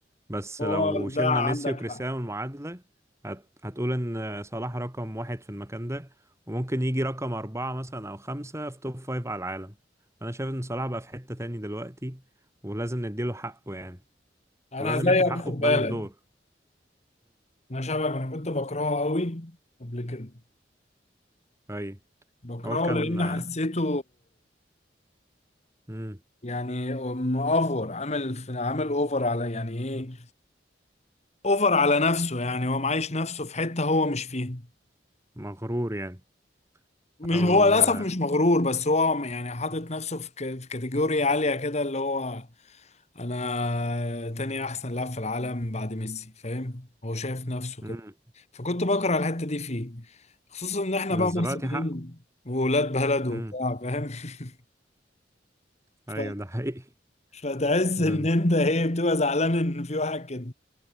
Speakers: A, on the right; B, on the left.
A: بس
B: هو
A: لو
B: ده
A: شلنا
B: عندك
A: ميسي وكريستيانو
B: حق
A: المعادله هت... هتقول ان آه، صلاح رقم واحد في المكان ده وممكن يجي رقم اربعه مثلا او خمسه في توب فايف على العالم انا شايف ان صلاح بقى في حته تاني دلوقتي ولازم نديله حقه يعني
B: انا
A: ولازم
B: زيك
A: ياخد حقه
B: خد
A: ببالون
B: بالك
A: دور
B: انا شبهك انا كنت بكرهه قوي قبل كده
A: اي
B: بكرهه
A: هو كان
B: لان
A: آه،
B: حسيته
A: مم.
B: يعني مأفور عامل في عامل اوفر على يعني ايه اوفر على نفسه يعني هو معايش نفسه في حتة هو مش فيها
A: مغرور يعني
B: مش
A: او
B: هو للاسف
A: آه،
B: مش مغرور بس هو يعني حاطط نفسه في ك- في كاتيجوري عالية كده اللي هو انا تاني احسن لاعب في العالم بعد ميسي فاهم هو شايف نفسه
A: مم.
B: كده فكنت بكره الحته دي فيه خصوصا ان احنا
A: بس
B: بقى
A: دلوقتي
B: مصريين
A: حقه
B: وولاد بلد
A: مم.
B: وبتاع فاهم <laughs> ف...
A: ايوه ده حقيقي
B: فتحس
A: <laughs> بن
B: ان انت ايه بتبقى زعلان ان في واحد كده